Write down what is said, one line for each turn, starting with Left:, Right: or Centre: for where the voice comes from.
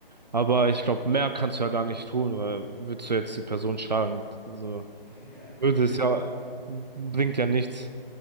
Right: Aber ich glaube, mehr kannst du ja gar nicht tun, weil willst du jetzt die Person schlagen? Also,
Centre: <laughs> Ja,
Right: würde
Centre: eben,
Right: es ja,
Centre: also,
Right: bringt
Centre: ja.
Right: ja nichts.